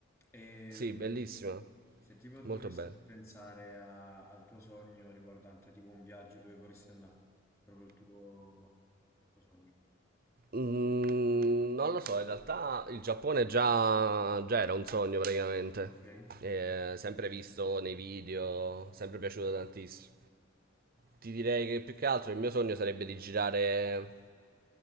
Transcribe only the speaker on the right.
Sì,
bellissima.
Molto
bella.
Mm, non lo so, in realtà il Giappone già, già era un sogno praticamente.
Eh, sempre visto nei video, sempre piaciuto tantissimo. Ti direi che più che altro il mio sogno sarebbe di girare